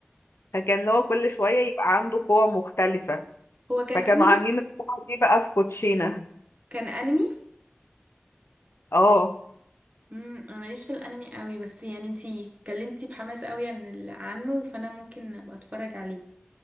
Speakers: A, on the left; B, on the right.
A: فكان اللي هو كل شوية يبقى عنده قوة مختلفة
B: هو كان
A: فكانوا
B: انمي
A: عاملين القوة دي بقى في كوتشينة
B: كان انمي
A: اه
B: امم انا ماليش في الانمي قوي بس يعني انتي اتكلمتي بحماس قوي عن ال- عنه فانا ممكن ابقى اتفرج عليه